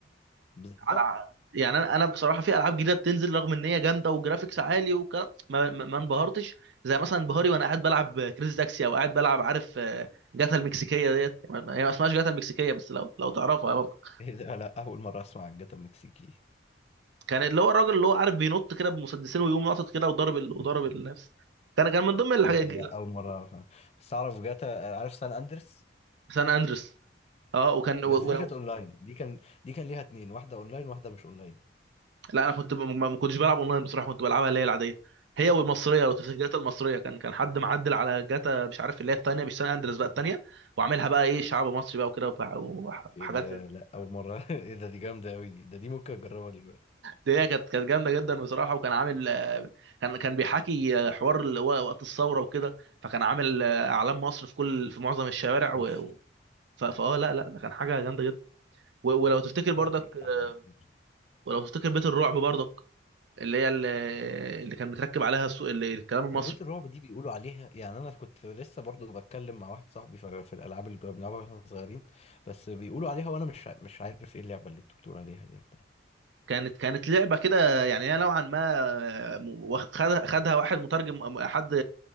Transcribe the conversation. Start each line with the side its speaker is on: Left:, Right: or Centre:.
Left: بالظبط
Right: على يعني انا انا بصراحه في العاب جديده بتنزل رغم ان هي جامده وجرافيكس عالي وكلام ما, ما ما انبهرتش زي مثلا انبهاري وانا قاعد بلعب كريز تاكسي او قاعد بلعب عارف آه، جاتا المكسيكيه ديت ما- هي ما اسمهاش جاتا المكسيكيه بس لو لو تعرفها برضه
Left: <laughs> ايه ده لا اول مره اسمع عن جاتا المكسيكي دي
Right: كان اللي هو الراجل اللي هو عارف بينط كده بمسدسين ويقوم ناطط كده وضرب ال... وضرب الناس كان كان من ضمن الحاجات
Left: ايه ده لا اول مره اعرف عنها. بس اعرف جاتا عارف سان اندرس
Right: سان اندرس اه وكان
Left: بس
Right: و-
Left: دي
Right: ولو
Left: كانت اونلاين دي كان دي كان ليها اتنين واحده اونلاين واحده مش اونلاين
Right: لا انا كنت ب- ما ما كنتش بلعب اونلاين بصراحه كنت بلعبها اللي هي العاديه هي والمصريه لو تفتكر جاتا المصريه كان كان حد معدل على جاتا مش عارف اللي هي الثانيه مش سان اندريس بقى الثانيه وعاملها بقى ايه شعب مصري بقى وكده وح- وح-
Left: ايه
Right: وحاجات
Left: ده
Right: زي
Left: لا اول مره <laughs> ايه ده دي جامده قوي دي ده دي ممكن اجربها دلوقتي
Right: دي هي كانت كانت جامده جدا بصراحه وكان عامل آه، كان كان بيحكي آه، حوار اللي هو وقت الثوره وكده فكان عامل آه، اعلام مصر في كل في معظم الشوارع
Left: اوف
Right: و... و- ف- فاه لا لا ده كان حاجه جامده جدا و- ولو تفتكر برضك
Left: لا دي
Right: آه،
Left: احلى بكتير
Right: ولو تفتكر بيت الرعب برضك اللي هي اللي اللي كان متركب عليها السو... اللي الكلام المصري
Left: انا بيت الرعب دي بيقولوا عليها يعني انا كنت لسه برضو بتكلم مع واحد صاحبي في في الالعاب اللي كنا بنلعبها واحنا صغيرين بس بيقولوا عليها وانا مش ع- مش عارف ايه اللعبه اللي انتوا بتقولوا عليها دي يا جدعان
Right: كانت كانت لعبه كده يعني هي نوعا ما آه، م- واخ- خدها خدها واحد مترجم حد